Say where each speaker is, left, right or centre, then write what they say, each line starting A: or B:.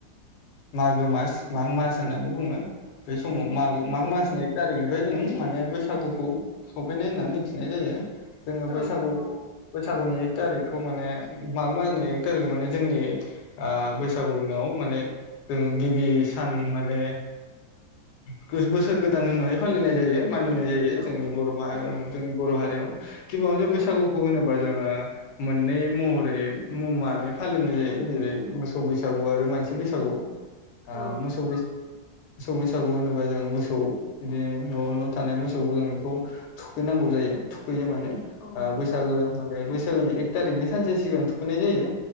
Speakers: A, on the left (about 85°); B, on the left (about 45°).
A: मागो मास माग मास होननानै बुङो बे समाव मो
B: औ
A: माग मास बेनिफ्राय जों माने बैसागुखौ सफैनाय होनना मिथिनाय जायो जोङो
B: औ
A: बैसागु
B: नंगौ
A: बैसागुनि थारिखखौ माने माग मासनि एक तारिखखौ माने जोंनि बैसागुनाव माने जों गिबि सान माने बोसोर बोसोर गोदान होननानै फालिनाय जायो मानिनाय
B: औ
A: जायो
B: औ
A: जोंनि बर'
B: औ
A: जोंनि बर' हारियाव गिबियावनो जों बैसागुखौ
B: औ
A: होनोबा जों मोननै महरै मा फालिनाय जायो जेरै मोसौ बैसागु आरो मानसि बसागु
B: औ
A: मोसौ बैसागु होनोबा जों मोसौ ओ बिदि न'आवनो थानाय मोसौ गोरानखौ थुखैनांगौ जायो थुखैयो माने
B: औ नंगौ
A: बैसागो माने बैसागोनि एक थारिखनि सानसे सिगां थुखैनाय जायो